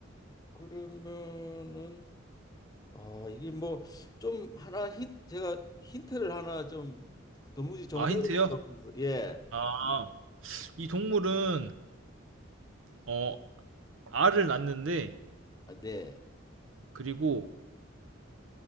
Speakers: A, on the left; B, on the right.
A: 그러면은 어, 이게 뭐 좀 하나 힌 제가 힌트를 하나 좀 도무지 정작을
B: 아, 힌트요?
A: 수가 없어서 예.
B: 아, 이 동물은 어, 알을 낳는데,
A: 아, 네.
B: 그리고